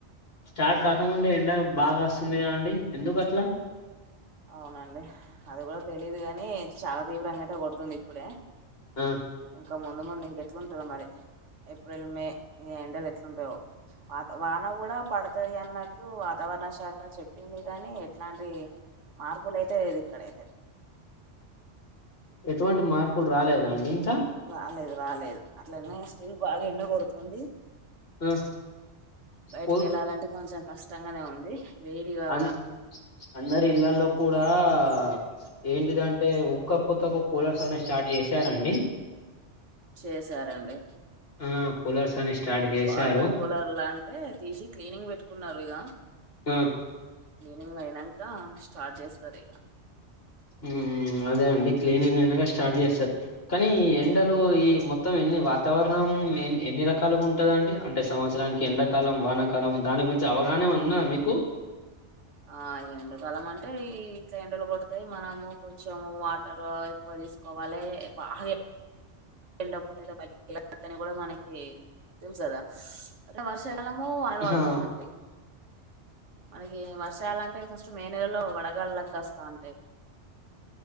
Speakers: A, on the left; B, on the right.
A: స్టార్ట్ కాకముందే ఎండ బాగా వస్తుంది కాదండి ఎందుకు అట్లా
B: అవునండి అది కూడా తెలీదు గాని చాలా తీవ్రంగా అయితే కొడుతుంది ఇప్పుడే
A: ఆ
B: ఇంకా ముందు ముందు ఇంకెట్లుంటదో మరి ఏప్రిల్ మే ఈ ఎండలు ఎట్లుంటయో వాన కూడా పడతది అన్నట్టు వాతావరణం వాతావరణశాఖ చెప్పింది కానీ ఇట్లాంటి మార్పుల అయితే లేదు ఇక్కడ అయితే
A: ఎటువంటి మార్పులు రాలేదా అండి ఇంకా
B: రాలేదు రాలేదు అట్లనే స్టిల్ బాగా ఎండ కొడుతుంది
A: ఆ
B: బయటికి
A: కూ
B: వెళ్ళాలంటే కొంచెం కష్టంగానే ఉంది వేడిగా
A: అ అందరి ఇల్లల్లో కూడా ఆ ఏంటిదంటే ఉక్కపోతకు కూలర్స్ అన్నీ స్టార్ట్ చేసారండి
B: చేసారండి
A: ఆ కూలర్స్ అని స్టార్ట్ చేశారు
B: పాత కూలర్లు అంటే తీసి క్లీనింగ్ పెట్టు కున్నారు ఇక
A: ఆ
B: క్లీనింగ్ అయినాక స్టార్ట్ చేస్తారు ఇక
A: మ్ అదే అండి క్లీనింగ్ అనగా స్టార్ట్ చేస్తారు కానీ ఎండలు ఈ మొత్తం ఎన్ని వాతావరణం ఎని ఎన్ని రకాలుగా ఉంటదండి అంటే సంవత్సరానికి ఎండాకాలం వానకాలం దానికి కూడా కొంచం అవగాహన ఉందా మీకు
B: ఆ ఎండకాలం అంటే ఇక యండలు కొడతె మనము కొంచెం వాటర్ ఎక్కువ తీసుకోవాలి బాగా ఎక్కువ ఎండ పూటయితే బయట వెళద్దని కూడా మనకి తెలుసుకదా అదే వర్ష కాలము వానలు
A: ఆహా
B: పడుతూ ఉంటాయి మనకి వర్షాల అంటే ఫస్ట్ మే నెలలో వడగాళ్లు లెక్క వస్తా అంటాయి